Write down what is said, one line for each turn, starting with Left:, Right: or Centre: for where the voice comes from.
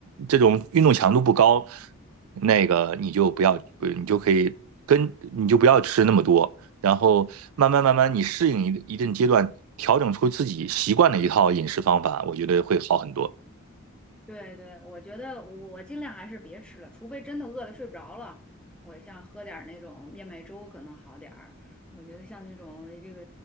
Right: 这种运动强度不高，那个你就不要，不你就可以跟你就不要吃那么多，然后慢慢慢慢你适应一一定阶段，调整出自己习惯的一套饮食方法，我觉得会好很多。
Centre: 对对，我觉得我尽量还是别吃了，除非真的饿得睡不着了，我像喝点儿那种燕麦粥可能好点儿。我觉得像这种这个